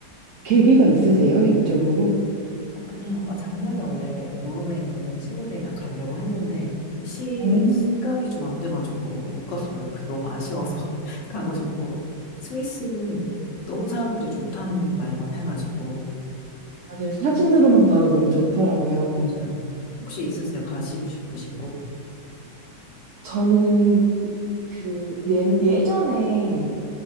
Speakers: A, on the right; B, on the left.
A: 계기가 있으세요? 이쪽으로?
B: 아, 그냥, 아, 작년에 원래 노르웨이는 친구들이랑 가려고 했는데, 시,
A: 오.
B: 시간이 좀 안 돼가지고 못 갔어요. 그래서 너무 아쉬워서 <laughs> 가고 싶고, 스위스는 너무 사람들이 좋다는 말만 해가지고,
A: 맞아요. 사진으로만 봐도 너무 좋더라고요.
B: 음, 혹시 있으세요? 가시고 싶으신 곳?
A: 저는 그 예, 예전에